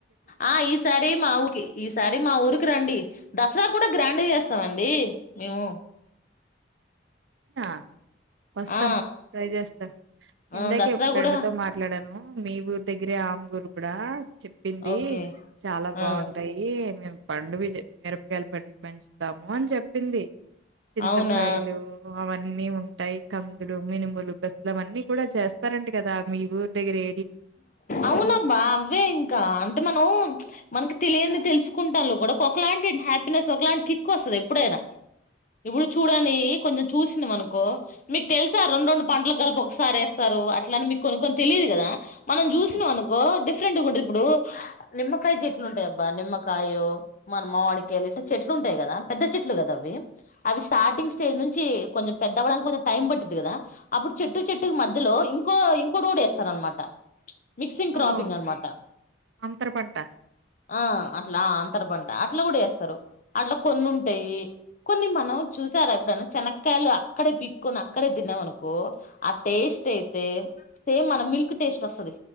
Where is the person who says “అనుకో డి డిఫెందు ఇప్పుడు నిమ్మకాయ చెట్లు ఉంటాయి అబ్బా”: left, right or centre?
Left